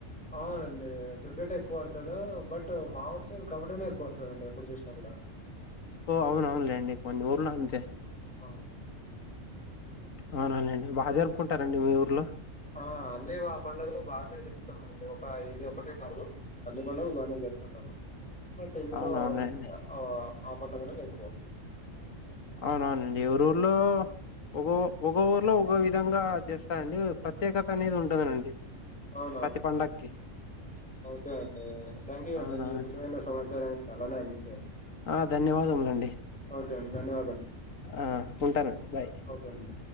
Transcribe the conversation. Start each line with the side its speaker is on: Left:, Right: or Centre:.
Centre: అవునండి క్రికెట్ ఎక్కువ ఆడతాడు బట్ మా ఊరి సైడ్ కబడ్డీనే ఎక్కువ ఆడతాడండి ఎప్పుడు చూసిన కూ బ
Left: ఓ అవును అవునులేండి కొన్ని ఊర్లో అంతే
Centre: ఆ
Left: అవుననండి బా జరుపుకుంటారండి మీ ఊర్లో
Centre: ఆ అన్ని మ పండుగలో బాగానే చెప్తాం అండి ఒక ఇది ఒకటే కాదు అన్ని పండగలు బాగానే చె తుంటా బట్ ఇందులో
Left: అవునవునండి
Centre: అంటే ఆ పండుగ అనేది ఎక్కువ
Left: అవునవునండి ఏ ఊళ్లో ఒక ఒక ఊర్లో ఒకో విధంగా చేస్తారండి ప ప్రత్యేకత అనేది ఉంటదనండి
Centre: అవునవును
Left: ప్రతి పండక్కి
Centre: ఓకే అండి థ్యాంక్ యూ అండి
Left: అవునవునండి
Centre: మీ విలువైన సమాచారాన్ని చాలానే అంది
Left: ఆ ధన్యవాదములండి
Centre: ఓకే ధన్యవాదాలు
Left: ఆ ఉంటానండి బాయ్
Centre: ఓకే అండి